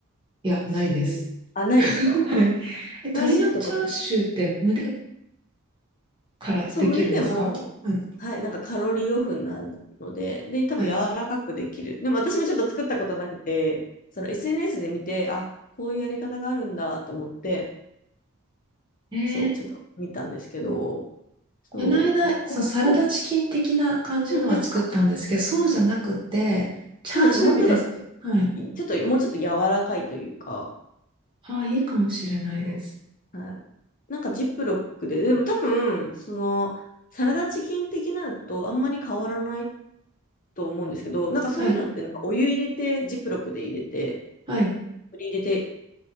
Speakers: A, on the right (about 25°); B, on the left (about 40°).
A: いや、ないです。
B: する。あ、ないですかあチャーシューとか、
A: <laughs> はい。え、鶏のチャーシューって胸からできるんですかはい。
B: そう、胸でも、はい、なんかカロリーオフになるので、で、多分柔らかくできる。
A: はい。
B: でも私もちょっと作ったことなくて、その SNS で見て、あ、こういうやり方があるんだって思って、
A: えー
B: そう、ちょっと見たんですけど、そう、
A: この間、
B: あの、こうん、
A: そう、サラダチキン的な感じのは作ったんですけど、
B: うん、うん、
A: そうじゃなくて、チャーシューみたいなはい。
B: そうです。もうちょっと、ちょっと、もうちょっと柔らかいというか、
A: ああ、いいかもしれないです。
B: そうはい。なんかジップロックで、でも多分、その、サラダチキン的なのとあんまり変わらないと思うんですけど、なんかそういうのってなんかお湯入れて、
A: はい。
B: ジップロックで入れて、
A: はい。
B: 取り入れて、